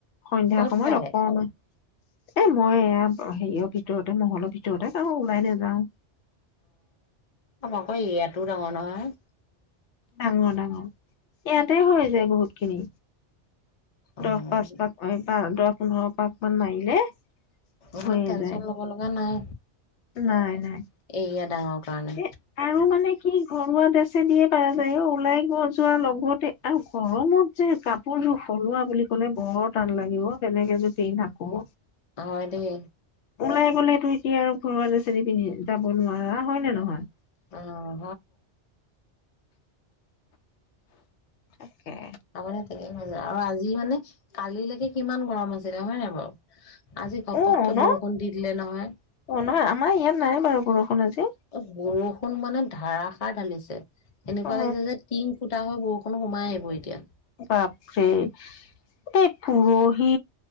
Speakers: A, on the left; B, on the left.
A: সন্ধিয়াৰ
B: ক'ত
A: সময়ত
B: কাঢ়ে
A: অকণমান। এ মই এয়া হেৰিয়ৰ ভিতৰতে মহলৰ ভিতৰতে কৰোঁ, ওলাই নাযাও।
B: অকৌ ইয়াতো ডাঙৰ নহয়-
A: ডাঙৰ ডাঙৰ। ইয়াতে হৈ যায় বহুত খিনি-
B: অ'
A: দহ পাঁচ পচ ম প- সোতৰ পোন্ধৰ পাক মান মাৰিলে-
B: ইমান
A: হৈয়ে
B: টেনচন
A: যায়
B: লব লগা নাই।
A: নাই নাই।
B: এৰিয়া ডাঙৰ কাৰণে
A: এ আৰু মানে- স ঘৰুৱা ড্ৰেছে দিয়ে পাৰ যায় অ ওলাই গ যোৱাৰ লগতে আৰু গৰমত যে কাপোৰযোৰ সলোৱা বুলি কলে বৰ টান লাগে অ বেলেগ এযোৰ পিন্ধ আকৌ।
B: হয় দেই।
A: ওলাই গলেতো এতিয়া আৰু ঘৰুৱা ড্ৰেছ দি পিন্ধি যাব নোৱাৰা হয় নে নহয়।
B: অ'
A: তাকে।
B: আৰ <inaudible> আৰু আজি মানে কালিলৈকে কিমান গৰম আছিলে হয় নাই বাৰু? আজি ঘপককে
A: অ ন
B: বৰষুণ দি দিলে নহয়।
A: অ আমাৰ ইয়াত নাই বাৰু বৰষুণ আজি।
B: অ', বৰষুণ মানে ধাৰাসাৰ ঢালিছে। এনেকুৱা
A: অ
B: লাগিছে যে টিং ফুটা হয় বৰষুণ- সোমাই আহিব এতিয়া।
A: বাপৰে এই পৰহি